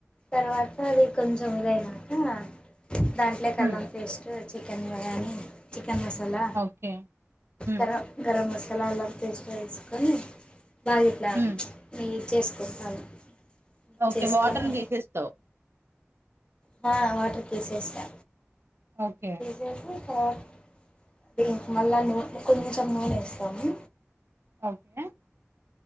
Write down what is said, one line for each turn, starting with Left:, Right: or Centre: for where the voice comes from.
Left: తర్వాత అది కొంచెం ఇదయినక దాంట్లోకి
Right: ఉమ్,
Left: అల్లం paste chicken biryani chicken masala
Right: okay ఉమ్,
Left: కారం గరం మసాలల్లో తీస్ వేసుకొని బాగా ఇట్లా
Right: ఉమ్,
Left: నెయ్యి చేసుకుంటాను మిక్స్
Right: ఓకే
Left: చేసుకొని
Right: వాటర్ని తీసేస్తావు.
Left: హా వాటర్ తీసేస్తా,
Right: ఓకే
Left: తీసేసి తర్వాత ఇంగ మళ్ళా నూనె కొంచెం నూనె వేస్తాము.
Right: ఓకే